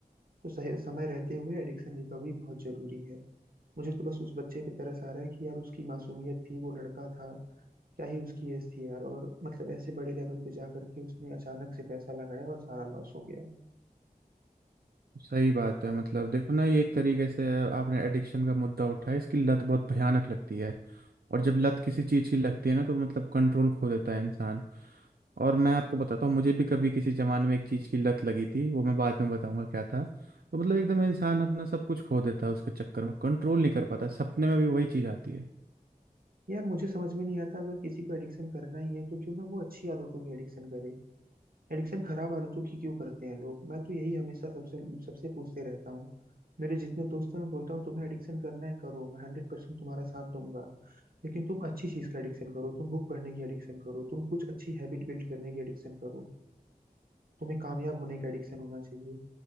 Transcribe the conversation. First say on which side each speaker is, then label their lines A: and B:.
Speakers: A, on the right; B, on the right.
A: तो सही समय रहते हुए एडिक्शन रिकवरी बहुत जरूरी है मुझे तो बस उस बच्चे पे तरस आ रहा है कि यार उसकी मासूमियत थी वो लड़का था क्या ही उसकी एज थी यार और मतलब ऐसे बड़े लेवल पे जा करके उसने अचानक से पैसा लगाया और सारा लॉस हो गया
B: सही बात है मतलब देखो ना ये एक तरीके से आपने एडिक्शन का मुद्दा उठाया इसकी लत बहुत भयानक लगती है और जब लत किसी चीज़ की लगती है ना तो मतलब कंट्रोल खो देता है इंसान और मैं आपको बताता हूँ मुझे भी कभी किसी ज़माने में एक चीज़ की लत लगी थी वो मैं बाद में बताऊंगा क्या था तो मतलब एकदम इंसान अपना सब कुछ खो देता है उसके चक्कर में कंट्रोल नहीं कर पाता सपने में भी वही चीज़ आती है
A: यार मुझे समझ में नहीं आता अगर किसी को एडिक्शन करना ही है तो क्यों ना वो अच्छी आदतों की एडिक्शन करे एडिक्शन खराब आदतों की क्यों करते हैं लोग मैं तो यही हमेशा सबसे सबसे पूछते रहता हूँ मेरे जितने दोस्त हैं मैं बोलता हूँ तुम्हें एडिक्शन करना है करो मैं हंड्रेड परसेंट तुम्हारा साथ दूंगा लेकिन तुम अच्छी चीज का एडिक्शन करो तुम बुक पढ़ने की एडिक्शन करो तुम कुछ अच्छी हैबिट बिल्ड करने की एडिक्शन करो तुम्हें कामयाब होने का एडिक्शन होना चाहिए